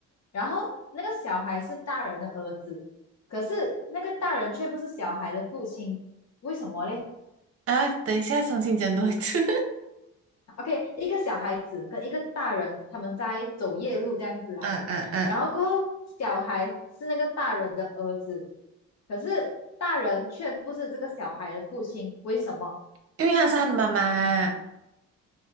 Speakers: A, on the left; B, on the right.
A: 然后那个小孩是大人的儿子，可是那个大人却不是小孩的父亲，为什么嘞
B: 啊，等一下重新讲多一次。<laughs>
A: ？OK，一个小孩子跟一个大人，他们在走夜路这样子啦，
B: 嗯嗯嗯，
A: 然后过后小孩是那个大人的儿子，可是大人却不是这个小孩的父亲，为什么？
B: 因为她是他的妈妈。